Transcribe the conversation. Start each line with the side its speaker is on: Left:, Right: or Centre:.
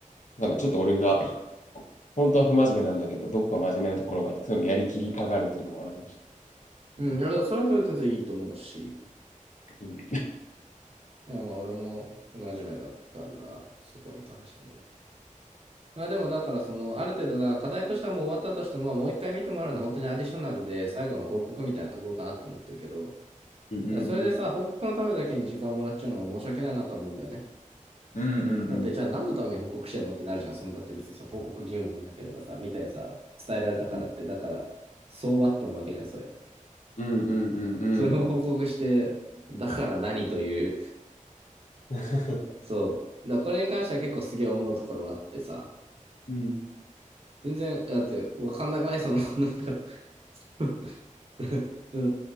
Left: かんない。ちょっと俺が本当は不真面目なんだけど、どこか真面目なところがあって、そのやりきりたがるっていうのもある感じ。
Right: うん、いや、だからそれはそれで全然いいと思うし。
Left: うん
Right: いや、まあ、俺も不真面目だから、そこに関してみる。まあ、でも、だから、その、ある程度、だ課題としてはもう終わったとしても、まあ、もう一回見てもらうのは本当にアディショナルで、最後の報告みたいなところかなって思ってるけど、
Left: うんうん
Right: だからそれでさ、報告のためだけに時間をもらっちゃうのも申し訳ないなとは思うんだよね。
Left: うんうんうん
Right: だって、じゃあ何のために報告してんのってなるじゃん。その、だって別にその報告義務もなければさ、見たよさ、伝えられたからって、
Left: うん
Right: だから、そうワットなわけじゃん、それ。
Left: うんうんうんうんうん
Right: それを報告して、だから何という、
Left: うんうん。
Right: そう。だからこれに関しては結構すげえ思うところはあってさ、
Left: うん
Right: 全然、だってわかんなくない <laughs> その、なんか <laughs> あの